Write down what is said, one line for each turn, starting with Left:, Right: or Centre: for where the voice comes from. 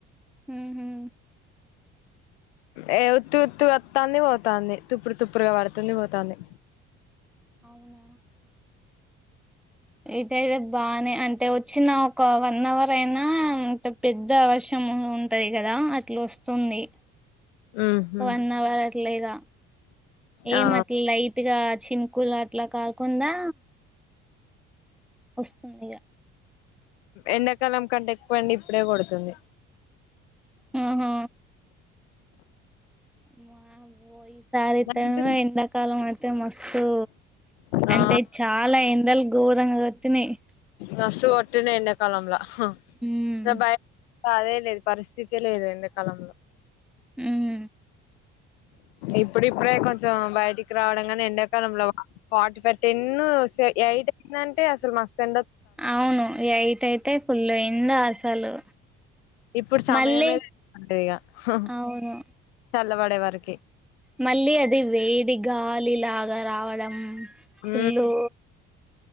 Centre: ఆహ
Left: ఏ ఉత్తి ఉత్తి వత్తాన్ని పోతాంది తుప్పు తుప్పురుగా పడుతుంది పోతుంది.
Centre: అవునా ఇటు అయితే బానే అంటే వచ్చిన ఒక వన్ అవర్ అయినా అంటే పెద్ద అవషము ఉంటుంది కదా అట్లా వస్తుంది
Left: ఉహు
Centre: వన్ అవర్ అట్లేగా ఏం
Left: ఆ
Centre: అట్లయి ఇట్గా చినుకులు అట్లా కాకుండా వస్తుందిగా
Left: ఎండాకాలం కంటే ఎక్కువ ఎండ ఇప్పుడే కొడుతుంది.
Centre: హహ మా బోయిస్ సారి ఇత్తను
Left: నైట్
Centre: ఇంద కాలం అయితే మస్తు
Left: ఆ
Centre: అంటే చాలా ఎండలు ఘోరంగా కొడుతున్నాయ్
Left: మస్తు కొట్టిన ఎండాకాలంలో హ
Centre: ఉమ్
Left: జబయ్ అదేలేదు పరిస్థితి లేద ఎండకాలంలో
Centre: ఉ
Left: ఇప్పుడిప్పుడే కొంచెం బయటికి రావడంగానే ఎండాకాలంలో ఫార్టీ ఫైవ్ టెన్ స్ ఎయిట్ అయిందంటే అసలు మస్తు అండ
Centre: అవును ఎయిట్ అయితే ఫుల్ ఎండ అసలు
Left: ఇప్పుడు సమయంమద
Centre: మళ్ళీ
Left: ఉంటంది ఇగ హ
Centre: అవును
Left: చల్లబడే వారికి
Centre: మళ్ళీ అది వేది గాలిలాగా రావడం
Left: ఆ
Centre: ఫుల్లు